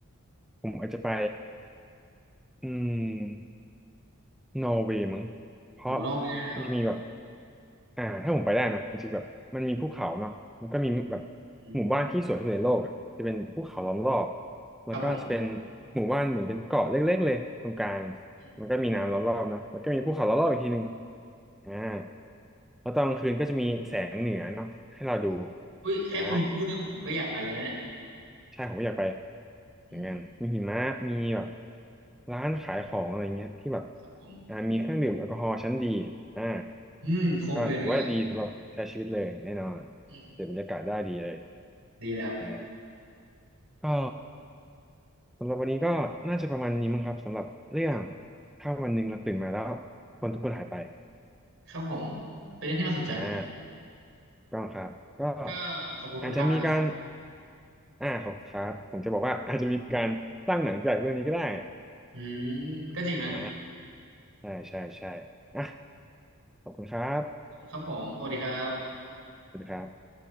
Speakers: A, in the centre; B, on the right (about 65°).
A: ผมอาจจะไปอืมนอร์เวย์มั้งเพราะ
B: โหนอกเวย์เลยเหรอ
A: มันจะมีแบบ อ่าถ้าผมไปได้นะอาจจะแบบมันมีภูเขาเนาะแล้วก็มีแบบ
B: อืม
A: หมู่บ้านที่สวยที่สุดในโลกอะจะเป็นภูเขาล้อมรอบแล้วก็จะเป็น
B: ครับผม
A: หมู่บ้านเหมือนเป็นเกาะเล็กๆเลยตรงกลาง
B: อืม
A: แล้วก็มีน้ำล้อมรอบเนาะแล้วก็มีภูเขาล้อมรอบอีกทีหนึ่งอ่าแล้วตอนกลางคืนก็จะมีแสงเหนือเนาะให้เราดู
B: ครับผมอุ้ยแค่คุณพูดเนี่ยผมก็อยากไปเลยนะเนี่ย
A: อ่า ใช่ผมก็อยากไป
B: อืม
A: อย่างนั้นมีหิมะมีแบบร้านขายของอะไรเงี้ยที่แบบ
B: ครับผม
A: อ่ามีเครื่องดื่มแอลกอฮอล์ชั้นดีอ่า
B: อืมครบเลยนะเนี่ย
A: ก็ถือว่าดีสำหรับใช้ชีวิตเลยแน่นอน
B: อืม
A: เสพบรรยากาศได้ดีเลย
B: ดีเลยครับ
A: อ่าก็สำหรับวันนี้ก็น่าจะประมาณนี้มั้งครับสำหรับเรื่องถ้าวันหนึ่งเราตื่นมาแล้วคนทุกคนหายไป
B: ครับผมเป็นเรื่องที่น่าสนใจนะครับ
A: อ่าก็ครับก็
B: ก็ขอบคุณคุณดาบนะครับผม
A: อาจจะมีการอ่าขอบคุณครับผมจะบอกว่าอาจจะมีการสร้างหนังจากเรื่องนี้ก็ได้
B: อืมก็จริงนะ
A: อ่า ใช่ใช่ใช่อ่ะขอบคุณครับ
B: ขอบคุณครับผมสวัสดีครับ
A: สวัสดีครับ